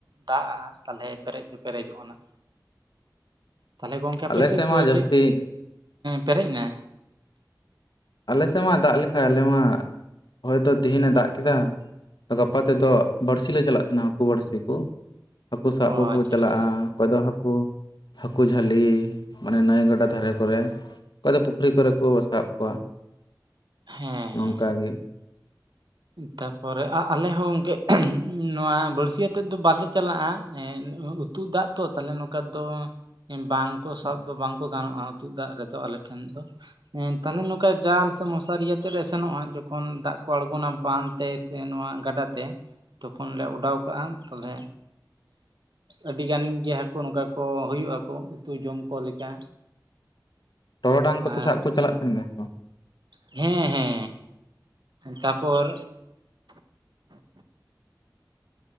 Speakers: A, on the right; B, on the left.
A: ᱫᱟᱜ ᱟᱜᱼᱟ ᱛᱟᱦᱞᱮ ᱯᱮᱨᱮᱡ ᱫᱚ ᱯᱮᱨᱮᱡᱚᱜᱼᱟ ᱱᱟᱜ᱾ ᱛᱟᱦᱚᱞᱮ ᱜᱚᱝᱠᱮ ᱟᱯᱮ
B: ᱟᱞᱮ
A: ᱥᱮᱫ ᱫᱚ
B: ᱢᱟ ᱡᱟᱹᱥᱛᱤ
A: ᱪᱮᱫ ᱯᱮᱨᱮᱡ ᱮᱱᱟ?
B: ᱟᱞᱮ ᱥᱮᱫ ᱢᱟ ᱫᱟᱜ ᱞᱮᱠᱷᱟᱡ ᱟᱞᱮ ᱢᱟ ᱦᱚᱭᱛᱚ ᱛᱤᱦᱤᱧᱮ ᱫᱟᱜ ᱠᱮᱫᱟ ᱜᱟᱯᱟ ᱛᱮᱫᱚ ᱵᱟᱹᱲᱥᱤ ᱞᱮ ᱪᱟᱞᱟᱜ ᱛᱟᱦᱮᱱᱟ, ᱦᱟᱹᱠᱩ ᱵᱟᱹᱲᱥᱤ ᱠᱚ, ᱦᱟᱹᱠᱩ ᱥᱟᱵ
A: ᱚ
B: ᱠᱚᱠᱚ
A: ᱟᱪᱪᱷᱟ
B: ᱪᱟᱞᱟᱜᱼᱟ᱾
A: ᱟᱪᱪᱷᱟ ᱟᱪᱪᱷᱟ
B: ᱚᱠᱚᱭ ᱫᱚ ᱦᱟᱠᱩ ᱦᱟᱹᱠᱩ ᱡᱷᱟᱹᱞᱤ ᱢᱟᱱᱮ ᱱᱟᱹᱭ ᱜᱟᱰᱟ ᱫᱷᱟᱨᱮ ᱠᱚᱨᱮ, ᱚᱠᱚᱭ ᱫᱚ ᱯᱩᱠᱷᱨᱤ ᱠᱚᱨᱮ ᱠᱚ ᱥᱟᱵ ᱠᱚᱣᱟ᱾
A: ᱦᱮᱸ ᱦᱮᱸ᱾
B: ᱱᱚᱝᱠᱟ ᱜᱮ
A: ᱛᱟᱯᱚᱨᱮ ᱟᱞᱮ ᱦᱚᱸ ᱜᱚᱢᱠᱮ ᱱᱚᱣᱟ ᱵᱟᱹᱲᱥᱤᱭᱟᱛᱮᱫ ᱫᱚ ᱵᱟᱞᱮ ᱪᱟᱞᱟᱜᱼᱟ᱾ ᱩᱛᱩᱜ ᱫᱟᱜ ᱛᱚ ᱛᱟᱦᱞᱮ ᱱᱚᱝᱠᱟ ᱫᱚ ᱵᱟᱝ ᱠᱚ ᱥᱟᱵ ᱫᱚ ᱵᱟᱝ ᱜᱟᱱᱚᱜᱼᱟ ᱟᱛᱩᱜ ᱫᱟᱜ ᱨᱮᱫᱚ ᱟᱞᱮ ᱴᱷᱮᱱ ᱫᱚ, ᱛᱟᱦᱞᱮ ᱱᱚᱝᱠᱟ ᱡᱟᱞ ᱥᱮ ᱢᱚᱥ ᱫᱚ ᱥᱟᱨᱤᱭᱟᱹ ᱛᱮ ᱞᱮ ᱥᱮᱱᱚᱜᱼᱟ ᱡᱚᱠᱷᱚᱱ ᱫᱟᱜ ᱠᱚ ᱟᱬᱜᱚᱱᱟ ᱵᱟᱸᱫᱷᱛᱮ ᱥᱮ ᱱᱚᱣᱟ ᱜᱟᱰᱟ ᱛᱮ᱾ ᱛᱚᱠᱷᱚᱱ ᱞᱮ ᱚᱰᱟᱣ ᱠᱟᱜᱼᱟ᱾ ᱛᱟᱞᱦᱮ ᱟᱹᱰᱤ ᱜᱟᱱ ᱜᱮ ᱦᱟᱹ ᱩᱱᱠᱩ ᱱᱚᱝᱠᱟ ᱠᱚ ᱦᱩᱭᱩᱜᱼᱟᱠᱚ ᱩᱛᱩ ᱡᱚᱢ ᱠᱚ ᱞᱮᱠᱟ᱾
B: ᱴᱚᱨᱚᱰᱟᱝ ᱠᱚᱛᱮ
A: ᱟᱨ
B: ᱥᱟᱵ ᱠᱚ ᱪᱟᱞᱟᱜ ᱛᱟᱦᱮᱱ ᱜᱮᱭᱟ ᱥᱮ ᱵᱟᱝ?
A: ᱦᱮᱸ ᱦᱮᱸ᱾ ᱛᱟᱯᱚᱨ